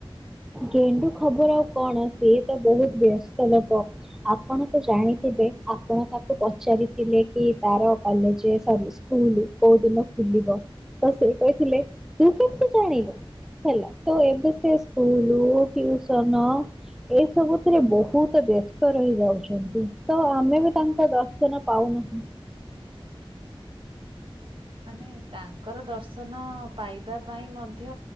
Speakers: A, in the centre; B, on the right (about 60°).
A: ଗେଣ୍ଡୁ ଖବର ଆଉ କଣ ସିଏ ତ ବହୁତ ବ୍ୟସ୍ତ ଲୋକ। ଆପଣ ତ ଜାଣିଥିବେ ଆପଣ ତାକୁ ପଚାରିଥିଲେ କି ତାର କଲେଜ ସ କୁଲ କୋଉ ଦିନ ଖୋଲିବ ତ ସେ କହିଥିଲେ ତୁ କେମିତି ଜାଣିଲୁ। ହେଲା ତ ଏବେ ସେ ସ୍କୁଲ ଟିଭସନ୍ ଏସବୁଥିରେ ବହୁତ ବ୍ୟସ୍ତ ରହି ଯାଉଛନ୍ତି ତ ଆମେ ବି ତାଙ୍କ ଦର୍ଶନ ପାଉନାହୁଁ।
B: ମାନେ ତାଙ୍କର ଦର୍ଶନ ପାଇବା ପାଇଁ ମଧ୍ୟ